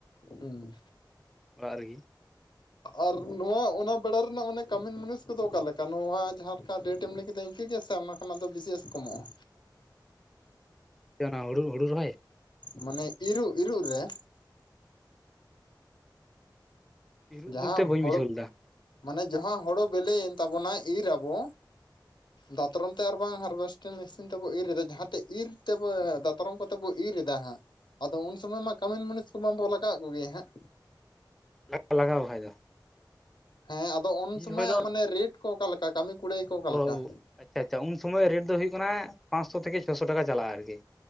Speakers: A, on the left; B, in the centre.
A: ᱦᱩᱸ
B: ᱚᱲᱟᱜ ᱨᱮᱜᱮ
A: ᱟᱨ ᱱᱚᱣᱟ ᱚᱱᱟ ᱵᱮᱲᱟ ᱨᱮᱱᱟᱜ ᱢᱟᱱᱮ ᱠᱟᱹᱢᱤᱱ ᱢᱩᱱᱤᱥ ᱠᱚᱫᱚ ᱚᱠᱟ ᱞᱮᱠᱟ ᱱᱚᱣᱟ ᱡᱟᱦᱟᱸ ᱞᱮᱠᱟ ᱰᱮᱴ ᱮᱢ ᱞᱟᱹᱭ ᱠᱮᱫᱟ ᱤᱱᱠᱟᱹ ᱜᱮ ᱥᱮ ᱚᱱᱟ ᱚᱱᱟ ᱫᱚ ᱵᱤᱥᱤᱭᱮᱥ ᱠᱚᱢᱚᱜᱼᱟ?
B: ᱪᱮᱜ ᱚᱱᱟ ᱦᱩᱲᱩ ᱦᱩᱲᱩ ᱨᱚᱦᱚᱭ
A: ᱢᱟᱱᱮ ᱤᱨᱩᱜ ᱤᱨᱩᱜ ᱨᱮ
B: ᱤᱨᱚᱜ
A: ᱡᱟᱦᱟᱸ
B: ᱵᱚᱞᱛᱮ ᱵᱟᱹᱧ
A: ᱦᱳᱲᱳ
B: ᱵᱩᱡᱷᱟᱹᱣ ᱞᱮᱫᱟ
A: ᱢᱟᱱᱮ ᱡᱟᱦᱟᱸ ᱦᱚᱲᱚ ᱵᱮᱞᱮ ᱮᱱ ᱛᱟᱵᱚᱱᱟ ᱤᱨ ᱟᱵᱚ ᱫᱟᱛᱨᱚᱢ ᱛᱮ ᱟᱨ ᱵᱟᱝ ᱦᱟᱨᱵᱷᱮᱥᱴᱤᱝ ᱢᱮᱥᱤᱱ ᱛᱮᱵᱚ ᱤᱨ ᱮᱫᱟ ᱡᱟᱦᱟᱸᱛᱮ ᱤᱨ ᱛᱮᱵᱚ ᱫᱟᱛᱨᱚᱢ ᱠᱚᱛᱮ ᱵᱚ ᱤᱨ ᱮᱫᱟ ᱦᱟᱸᱜ ᱟᱫᱚ ᱩᱱ ᱥᱚᱢᱚᱭ ᱢᱟ ᱠᱟᱹᱢᱤᱱ ᱢᱩᱱᱤᱥ ᱠᱚ ᱢᱟ ᱵᱚ ᱞᱟᱜᱟᱣ ᱮᱫ ᱠᱚᱜᱮᱭᱟ ᱦᱟᱸᱜ᱾
B: ᱞᱟᱜ ᱞᱟᱜᱟᱣ ᱵᱟᱠᱷᱟᱡ ᱫᱚ᱾
A: ᱦᱮᱸ ᱟᱫᱚ ᱩᱱ
B: ᱤᱧ
A: ᱥᱚᱢᱚᱭ
B: ᱡᱚᱠᱷᱚᱡ
A: ᱢᱟᱱᱮ ᱨᱮᱴ ᱠᱚ ᱚᱠᱟ ᱞᱮᱠᱟ ᱠᱟᱹᱢᱤ? ᱠᱩᱲᱟᱹᱭ ᱠᱚ ᱚᱠᱟᱞᱮᱠᱟ
B: ᱚ ᱟᱪᱪᱷᱟ ᱟᱪᱪᱷᱟ ᱩᱱ ᱥᱚᱢᱚᱭ ᱨᱮᱴ ᱫᱚ ᱦᱩᱭᱩᱜ ᱠᱟᱱᱟ ᱯᱟᱸᱥᱥᱚ ᱛᱷᱮᱠᱮ ᱪᱷᱚᱥᱚ ᱴᱟᱠᱟ ᱪᱟᱞᱟᱜ-ᱟ ᱟᱨᱠᱤ᱾